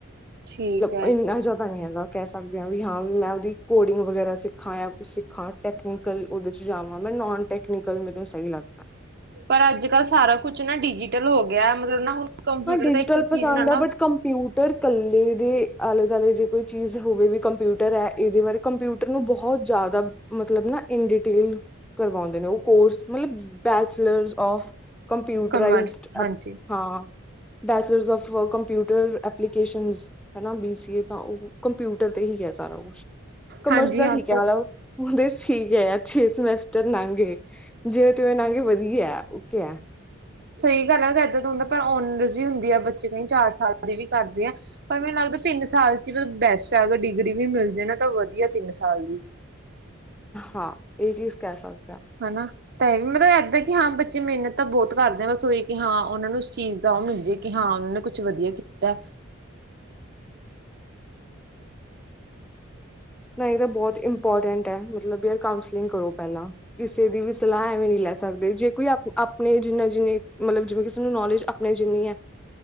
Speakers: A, on the right; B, in the centre.
A: ਠੀਕ ਐ।
B: ਬਈ ਇੰਨਾ ਜਿਆਦਾ ਨਹੀਂ ਹੈਗਾ। ਕਹਿ ਸਕਦੇ ਹਾਂ ਵੀ ਹਾਂ ਵੀ ਮੈਂ ਉਹਦੀ ਕੋਡਿੰਗ ਵਗੈਰਾ ਸਿੱਖਾਂ ਜਾਂ ਕੁਛ ਸਿੱਖਾਂ ਟੈਕਨੀਕਲ ਉਹਦੇ ਚ ਜਾਵਾਂ ਮੈਂ ਨੋਨ ਟੈਕਨੀਕਲ ਮੈਨੂੰ ਸਹੀ ਲਗਤਾ।
A: ਪਰ ਅੱਜ-ਕੱਲ੍ਹ ਸਾਰਾ ਕੁੱਛ ਨਾ ਡਿਜੀਟਲ ਹੋ ਗਿਆ ਮਤਲਬ ਨਾ ਹੁਣ ਕੰਪਿਊਟਰ
B: ਹਾਂ, ਡਿਜੀਟਲ
A: ਦਾ ਇੱਕ ਚੀਜ਼
B: ਪਸੰਦ
A: ਨਾਲ ਨਾ
B: ਹੈ ਬਟ ਕੰਪਿਊ ਪਰ ਕੱਲੇ ਦੇ ਆਲੇ-ਦੁਆਲੇ ਜੇ ਕੋਈ ਚੀਜ਼ ਹੋਵੇ ਵੀ ਕੰਪਿਊਟਰ ਹੈ ਇਹਦੇ ਬਾਰੇ ਕੰਪਿਊਟਰ ਨੂੰ ਬਹੁਤ ਜ਼ਿਆਦਾ ਮਤਲਬ ਨਾ ਇਨ ਡਿਟੇਲ ਕਰਵਾਉਂਦੇ ਨੇ, ਉ ਕੋਰਸ ਮਤਲਬ ਬੈਚਲਰਸ ਔਫ ਕੰਪਿਊਟਰਾਈਜ਼ਡ
A: ਕਮਰਸ ਹਾਂਜੀ
B: ਐ ਹਾਂ ਬੈਚਲਰਸ ਅਫ ਕੰਪਿਊਟਰ ਐਪਲੀਕੇਸ਼ਨ। ਹੈਨਾ ਬੀ ਸੀ ਏ ਤਾਂ ਉਹ ਕੰਪਿਊਟਰ ਤੇ ਹੀ ਹੈ ਸਾਰਾ ਕੁਛ, ਕਾਮਰਸ
A: ਹਾਂਜੀ
B: ਦਾ
A: ਹਾਂ
B: ਠੀਕ
A: ਤੱਕ
B: ਹੈ ਮਤਬਲ। ਓਦੇ ਠੀਕ ਹੈ ਯਾਰ ਛੇ ਸਮੈਸਟਰ ਲੰਘ ਗਏ। ਜੇਵੇ-ਤਿਵੇ ਨਗੇ ਵਧੀਆ ਓਕੇ ਐ
A: ਸਹੀ ਗੱਲ ਹੈ, ਏਦਾ ਦਾ ਹੁੰਦਾ ਪਰ ਓਨ ਰੈਜਯੁਮ ਵੀ ਦਿਆ ਬੱਚੇ ਨੇ ਚਾਰ ਸਾਲ ਦੀ ਵੀ ਕਰਦੇ ਆ। ਪਰ ਮੈਨੂੰ ਲੱਗਦਾ ਤਿੰਨ ਸਾਲ ਚ ਈ ਮਤਬ ਬੈਸਟ ਆ ਅਗਰ ਡਿਗਰੀ ਵੀ ਮਿਲਜੇ ਨਾ ਤਾਂ ਵਦੀਆ ਤਿੰਨ ਸਾਲ ਦੀ।
B: ਹਾਂ ਏ ਚੀਜ਼ ਕੈ ਸਕ
A: ਹਨਾ ਤੇ ਏ ਵੀ ਮਤਲਬ ਏਦਾਂ ਕਿ ਹਾਂ ਬੱਚੇ ਮੇਨਤ ਤਾਂ ਬੋਤ ਕਰਦੇ ਆ ਬਸ ਓਹੀ ਕਿ ਹਾਂ ਓਨਾਂ ਨੂੰ ਉਸ ਚੀਜ਼ ਦਾ ਓ ਮਿਲ ਜੇ ਕਿ ਹਾਂ ਓਨਾਂ ਨੇ ਕੁਛ ਵਦੀਆ ਕੀਤੈ।
B: ਨਈ ਏ ਤਾਂ ਬੋਤ ਇੰਪੋਰਟੈਂਟ ਐ ਮਤਲਬ ਵੀ ਯਾਰ ਕਾਊਂਸਲਿੰਗ ਕਰੋ ਪੈਲਾ ਕਿਸੇ ਦੀ ਵੀ ਸਲਾਹ ਐਵੇਂ ਨੀ ਲੈ ਸਕਦੇ ਜੇ ਕੋਈ ਆਪ ਆਪਨੇ ਜਿੰਨਾ ਜਿੰਨੀ ਮਤਲਬ ਜਿਵੇਂ ਕਿਸੇ ਨੂੰ ਨੌਲੇਜ ਆਪਨੇ ਜਿੰਨੀ ਐ